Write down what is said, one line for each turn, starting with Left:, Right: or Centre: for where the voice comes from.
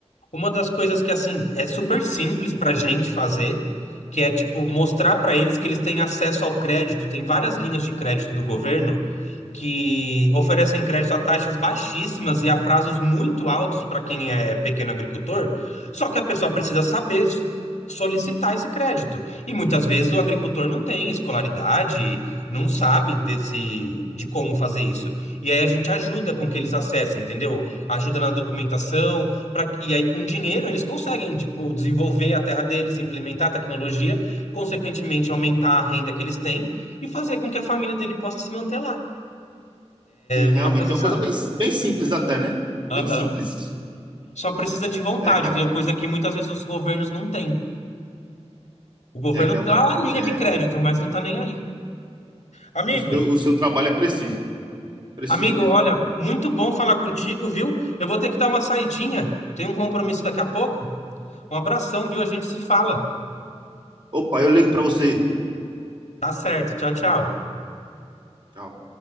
Left: Uma das coisas que, assim, é super simples pra gente fazer, que é, tipo, mostrar pra eles que eles têm acesso ao crédito. Tem várias linhas de crédito do governo que oferecem crédito a taxas baixíssimas e a prazos muito altos para quem é pequeno agricultor, só que a pessoa precisa saber solicitar esse crédito. E muitas vezes o agricultor não tem escolaridade, não sabe desse de como fazer isso. E aí a gente ajuda com que eles acessem, entendeu? Ajuda na documentação, pra, e aí com dinheiro eles conseguem, tipo, desenvolver a terra deles, implementar a tecnologia, consequentemente aumentar a renda que eles têm e fazer com que a família dele possa se manter lá
Right: Sim,
Left: uma
Right: realmente.
Left: coisa,
Right: É uma
Left: sabe?
Right: coisa bem, bem simples até, né? Bem
Left: Aham.
Right: simples.
Left: Só precisa de vontade,
Right: É, cara.
Left: entendeu? Coisa que muitas vezes os governos não têm. O governo
Right: É, realmente.
Left: dá a linha
Right: É,
Left: de crédito, mas não tá nem aí. Amigo,
Right: o seu, o seu trabalho é preciso. Preciso
Left: amigo,
Right: mesmo.
Left: olha, muito bom falar contigo, viu? Eu vou ter que dar uma saidinha. Tenho um compromisso daqui a pouco. Um abração, viu? A gente se fala.
Right: Opa, eu ligo para você.
Left: Tá certo. Tchau, tchau.
Right: Tchau.